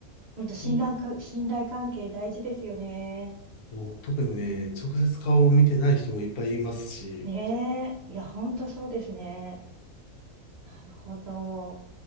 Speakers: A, on the right; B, on the left.
A: 本当信頼か、
B: もう
A: 信頼関係大事ですよね。
B: もう特にね、
A: うん。
B: 直接顔を見てない人もいっぱいいますし、
A: ねえ。いや、本当そうですね。なるほど。